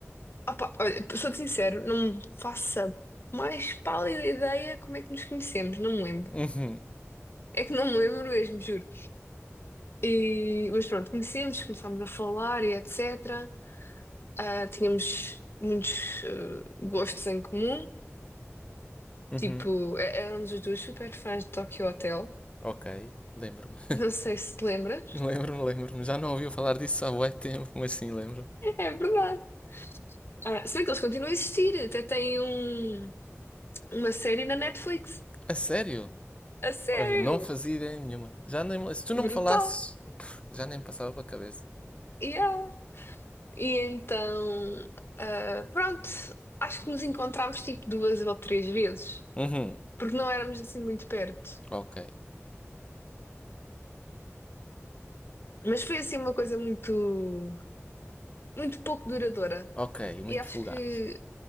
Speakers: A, on the left (about 50°); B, on the left (about 25°).
A: Opa, olha, sou-te sincero, não me faço a mais pálida ideia como é que nos conhecemos, não me lembro.
B: Uhum,
A: É que não me lembro mesmo, juro. E, mas pronto, conhecemos, começámos a falar e etc. Ah, tínhamos muitos eh, gostos em comum.
B: uhum.
A: Tipo, é- éramos os dois super fãs de Tokyo Hotel.
B: Ok, lembro-me.
A: Não
B: <laughs>
A: sei se te lembras.
B: Lembro-me, lembro-me. Já não ouviu falar disso há bué tempo, mas sim, lembro.
A: É verdade. Ah, se bem que eles continuam a existir, até têm um, uma série na Netflix.
B: A sério?
A: A sério!
B: Olha, não fazia ideia nenhuma. Já nem, me- se tu não
A: Brutal!
B: me falasses, pff, já nem me passava pela cabeça.
A: Yeah. E então, ah, pronto, acho que nos encontramos tipo duas ou três vezes,
B: Uhum,
A: porque não éramos assim muito perto.
B: ok,
A: Mas foi assim uma coisa muito, muito pouco duradoura.
B: ok, muito
A: E acho
B: fugaz.
A: que